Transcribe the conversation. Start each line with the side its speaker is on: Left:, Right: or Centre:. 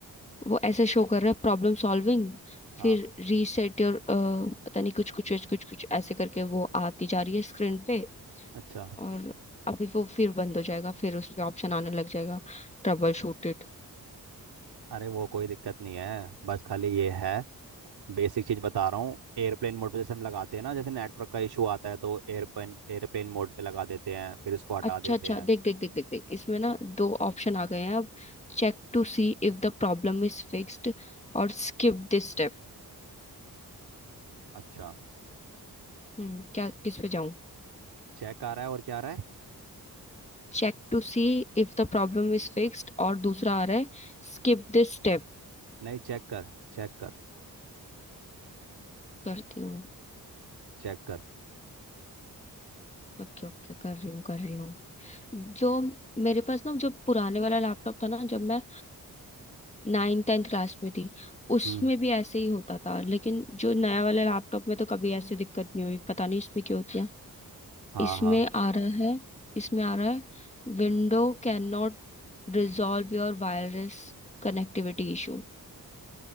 Left: वो ऐसे शो कर रहा है प्रॉब्लम सॉल्विंग
Right: हाँ
Left: फिर रीसेट योर पता नहीं कुछ कुछ कुछ कुछ कुछ ऐसे करके वो आती जा रही है स्क्रीन पे
Right: अच्छा
Left: और अभी वो फिर बंद हो जाएगा फिर उस पे ऑप्शन आने लग जाएगा ट्रबल शूट इट
Right: अरे वो कोई दिक्कत नहीं है बस खाली ये है बेसिक चीज बता रहा हूँ एयरप्लेन मोड पे जैसे हम लगाते हैं ना जैसे नेटवर्क का इशू आता है तो एयरप्लेन एयरप्लेन मोड पे लगा देते हैं फिर इसको हटा
Left: अच्छा
Right: देते
Left: अच्छा
Right: हैं
Left: देख देख देख देख देख इसमें ना दो ऑप्शन आ गए हैं अब Check to see if the problem is fixed or skip this step
Right: अच्छा
Left: हम्म क्या किस पे जाऊं
Right: चेक आ रहा है और क्या आ रहा है
Left: Check to see if the problem is fixed और दूसरा आ रहा है स्किप दिस स्टेप
Right: नहीं चेक कर चेक कर
Left: करती हूँ
Right: चेक कर
Left: ओके ओके कर रही हूँ कर रही हूँ जो मेरे पास ना जो पुराने वाला लैपटॉप था ना जब मैं नाइन टेंथ क्लास में थी उसमें
Right: हम्म
Left: भी ऐसे ही होता था लेकिन जो नया वाला लैपटॉप में तो कभी ऐसे दिक्कत नहीं हुई पता नहीं इसमें क्यों होती है
Right: हाँ
Left: इसमें
Right: हाँ
Left: आ रहा है इसमें आ रहा है window can not resolve your wireless connectivity issue